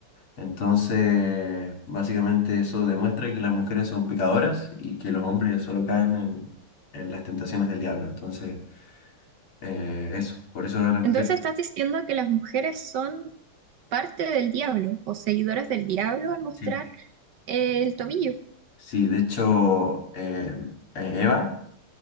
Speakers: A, on the left; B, on the right.
A: Entonces, básicamente eso demuestra que las mujeres son pecadoras y que los hombres solo caen en, en las tentaciones del diablo. Entonces, eh, eso, por eso las mujeres...
B: Entonces estás diciendo que las mujeres son parte del diablo o seguidoras del diablo al mostrar
A: Sí,
B: eh, el tobillo.
A: sí, de hecho, eh, eh, Eva